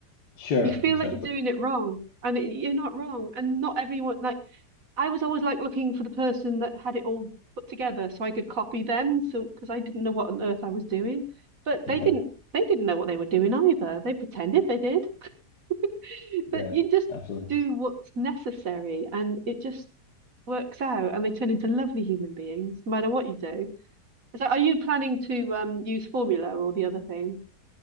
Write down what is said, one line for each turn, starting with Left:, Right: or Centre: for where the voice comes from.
Left: Sure,
Right: You feel
Left: exactly.
Right: like you're doing it wrong, and it, you're not wrong, and not everyone like I was always like looking for the person that had it all put together so I could copy them. So because I didn't know what on earth I was doing, but
Left: Yeah,
Right: they didn't they didn't know what they were doing either. They pretended they did, <laughs>
Left: yeah,
Right: but you just
Left: absolutely.
Right: do what's necessary and it just works out and they turn into lovely human beings no matter what you do. So are you planning to um use formula or the other thing?